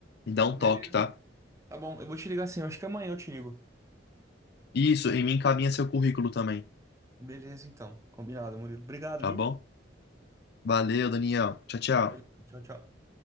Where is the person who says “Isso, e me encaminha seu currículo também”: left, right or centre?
Left